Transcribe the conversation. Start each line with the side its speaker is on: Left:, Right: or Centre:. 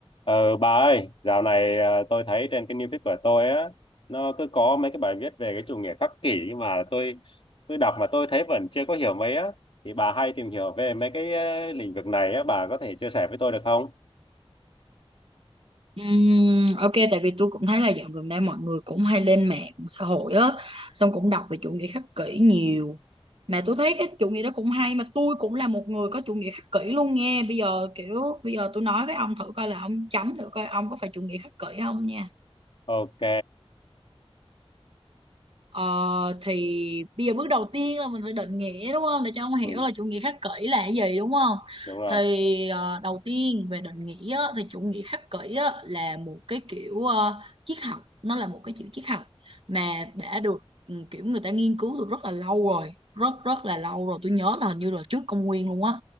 Left: Ờ, bà ơi, dạo này à, tôi thấy trên cái new feed của tôi á, nó cứ có mấy cái bài viết về cái chủ nghĩa khắc kỷ nhưng mà tôi tôi đọc mà tôi thấy vẫn chưa có hiểu mấy á. Thì bà hay tìm hiểu về mấy cái ờ, lĩnh vực này á, bà có thể chia sẻ với tôi được không?
Right: Ừm, ok tại vì tôi cũng thấy là dạo gần đây mọi người cũng hay lên mạng xã hội á xong cũng đọc về chủ nghĩa khắc kỷ nhiều mà tôi thấy cái chủ nghĩa đó cũng hay mà tôi cũng là một người có chủ nghĩa khắc kỷ luôn nghe bây giờ kiểu bây giờ tôi nói với ông thử coi là ông chấm thử coi ông có phải chủ nghĩa khắc kỷ không nha
Left: Ok,
Right: Ờ, thì bây giờ bước đầu tiên là mình phải định nghĩa đúng không để cho ông hiểu
Left: ừ,
Right: là chủ nghĩa khắc kỷ là cái gì đúng không
Left: đúng rồi.
Right: thì ờ, đầu tiên về định nghĩa á, thì chủ nghĩa khắc kỷ á, là một cái kiểu ờ, triết học nó là một cái kiểu triết học mà đã được ừ, kiểu người ta nghiên cứu từ rất là lâu rồi rất rất là lâu rồi tôi nhớ là hình như là trước công nguyên luôn á